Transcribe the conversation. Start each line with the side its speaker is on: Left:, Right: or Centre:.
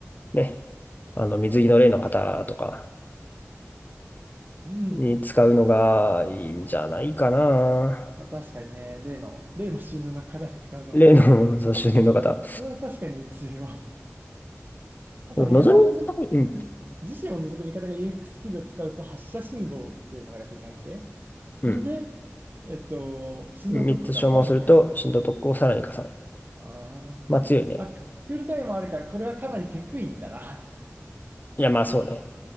Left: ね、あの、水着の例の方とか
Right: うん。
Left: に使うのがいいんじゃないかな。
Right: まあ確かにね、例の、例の収納の課題に使うのは、
Left: 例の、<laughs> そう、周年の方。
Right: それは確かに強いわ。あとは味方を除く、
Left: 望みたい、うん、
Right: 自身を除く味方が UX ススキルを使うと発射信号っていうものが手に入って、
Left: うん。
Right: それで、えっと、振動特攻がさらに増えるのか。
Left: 3つ消耗すると、震動特攻をさらに加算。
Right: あ
Left: まあ強いね。
Right: あ。あ、クールタイムもあるから、これはかなりテクいんだな。
Left: いや、まあそうね。